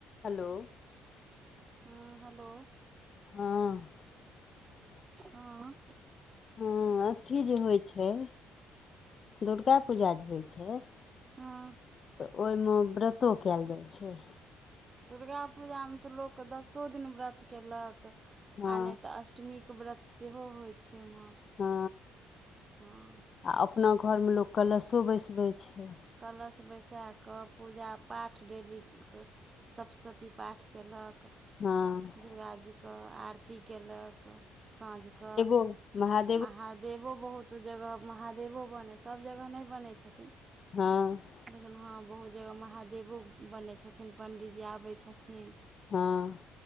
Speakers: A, on the left (about 50°); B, on the right (about 35°).
A: हलो
B: हुँ हलो
A: हँ
B: हँ
A: हँ अथी जे होइ छै दुर्गा पूजा जे होइ छै
B: हँ
A: तऽ ओइ मऽ व्रतो कैल जाइ छै
B: दुर्गा पूजा मे तऽ लोक दसो दिन व्रत केलक
A: हँ
B: आ नय तऽ अष्ट मी केँ व्रत सेहो होय छै माँ
A: हँ
B: हँ
A: आ अपना घरमे लोक कलशो बैसबै छै
B: कलश बैसा कऽ पूजा पाठ डेली कऽ सब सती पाठ केलक
A: हँ
B: दुर्गा जी कऽ आरती केलक साँझ कऽ
A: उ महाज
B: महादेवो बहुत जगह महादेवो बनै सब जगह नइ बनै छथिन
A: हँ
B: लेकिन हँ बहुत जगह महादेवो बनै छथिन पंडीजी आबै छथिन
A: हँ